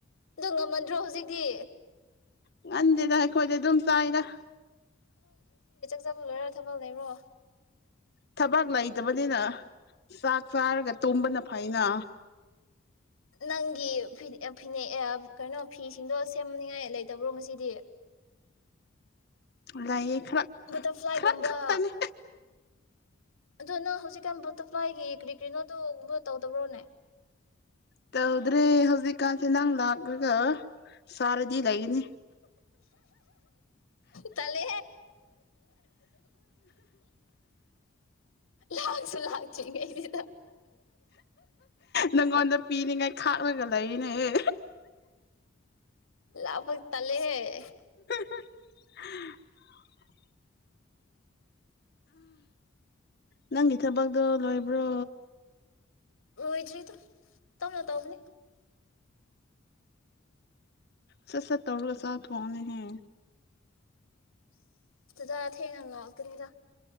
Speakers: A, on the left; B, on the left.
A: ꯑꯣ ꯉꯝꯃꯟꯗ꯭ꯔꯣ ꯍꯧꯖꯤꯛꯇꯤ
B: ꯉꯟꯗꯦꯗ ꯑꯩꯈꯣꯏꯗꯤ ꯑꯗꯨꯝ ꯆꯥꯏꯗ
A: ꯖꯝꯅꯣꯏꯔ ꯆꯕ ꯂꯩꯔꯣ
B: ꯊꯕꯥꯛ ꯂꯩꯇꯕꯅꯤꯅ ꯆ ꯆꯥꯔꯒ ꯇꯨꯝꯕꯅ ꯐꯅ
A: ꯅꯪꯒꯤ ꯐꯤ ꯐꯤꯅꯦꯦꯛ ꯀꯩꯅꯣ ꯐꯤꯁꯤꯡꯗꯣ ꯁꯦꯝꯅꯤꯉꯥꯏ ꯂꯩꯇꯕ꯭ꯔꯣ ꯉꯁꯤꯗꯤ
B: ꯂꯥꯏꯌꯦ ꯈꯔ
A: ꯕꯇꯔꯐ꯭ꯂꯥꯏꯒꯨꯝꯕ
B: ꯈꯔ ꯈꯅꯦ
A: ꯑꯗꯨ ꯅꯪ ꯍꯧꯖꯤꯛꯀꯥꯟ ꯕꯇꯔꯐ꯭ꯂꯥꯏꯒꯤ ꯀꯔꯤ ꯀꯔꯤꯅꯣꯗꯨꯒꯨꯝꯕ ꯇꯧꯗꯕ꯭ꯔꯣꯅꯦ
B: ꯇ ꯎꯗꯔ ꯍꯧꯖꯤꯛꯀꯥꯟꯁꯤꯦ ꯅꯪ ꯂꯥꯛꯒꯒ ꯁꯔꯗꯤ ꯂꯩꯅꯤ
A: ꯇꯂꯦ ꯂꯥꯛꯁꯨ ꯂꯥꯛꯇ꯭ꯔꯤꯉꯩꯁꯤꯗ
B: ꯅꯪꯉꯣꯟꯗ ꯄꯤꯅꯤꯡꯉꯥꯏ ꯈꯥꯛꯂꯒ ꯂꯩꯔꯤꯅꯦꯍꯦ
A: ꯂꯕ ꯇꯂꯦꯦ
B: <unintelligible> ꯅꯪꯒꯤ ꯊꯕꯛꯇꯣ ꯂꯣꯏꯕ꯭ꯔꯣ
A: ꯔ ꯏꯗ꯭ꯔꯤ ꯇ ꯇꯝꯅ ꯇꯧꯕꯅꯦ
B: ꯁ ꯁ ꯇꯧꯔꯒ ꯁꯥ ꯋꯥꯅ ꯍꯦ
A: ꯗꯥ ꯊꯦꯡ ꯉ ꯂꯥꯛ ꯀꯔꯤꯗ